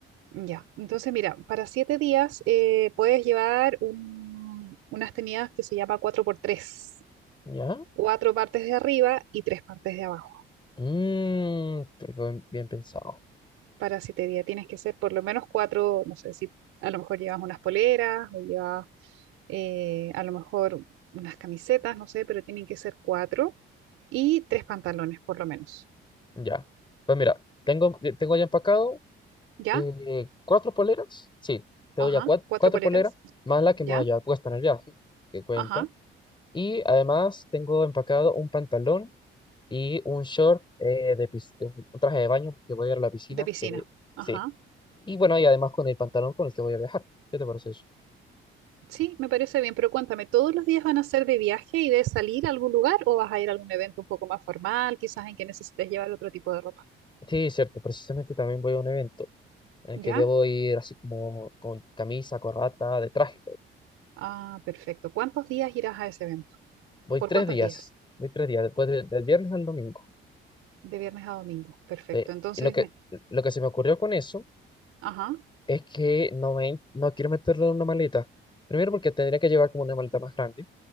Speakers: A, on the right; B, on the left.
A: Ya, entonces mira, para siete días eh, puedes llevar un- unas tenidas que se llama cuatro por tres,
B: ¿Ya?
A: cuatro partes de arriba y tres partes de abajo.
B: Mmm, pero qué bien, bien pensado.
A: Parasitería tienes que ser por lo menos cuatro, no sé si a lo mejor llevas unas poleras o llevas eh, a lo mejor unas camisetas, no sé, pero tienen que ser cuatro y tres pantalones por lo menos.
B: Ya. Pues mira, tengo, eh, tengo ya empacado
A: ¿Ya?
B: eh, cuatro poleras. Sí, tengo
A: Ajá,
B: ya cua-
A: cuatro
B: cuatro
A: poleras.
B: poleras, más la que
A: ¿Ya?
B: me voy a llevar puesta en el viaje, que cuenta.
A: Ajá,
B: Y además tengo empacado un pantalón y un short eh, de, pis- de un un traje de baño porque voy a ir a la piscina.
A: de piscina.
B: eh,
A: Ajá.
B: sí. Y bueno, y además con el pantalón con el que voy a viajar. ¿Qué te parece eso?
A: Sí, me parece bien, pero cuéntame, ¿todos los días van a ser de viaje y de salir a algún lugar o vas a ir a algún evento un poco más formal, quizás en que necesites llevar otro tipo de ropa?
B: Sí, cierto. Precisamente también voy a un evento en el
A: ¿Ya?
B: que debo ir así como con camisa, corbata, de traje.
A: Ah, perfecto. ¿Cuántos días irás a ese evento?
B: Voy
A: ¿Por
B: tres
A: cuántos
B: días.
A: días?
B: Voy tres días, después de- del viernes al domingo.
A: De viernes a domingo. Perfecto.
B: Sí,
A: Entonces,
B: Y lo que,
A: ne-
B: lo que se me ocurrió con eso
A: ajá,
B: es que no, me, no quiero meterlo en una maleta. Primero porque tendría que llevar como una maleta más grande.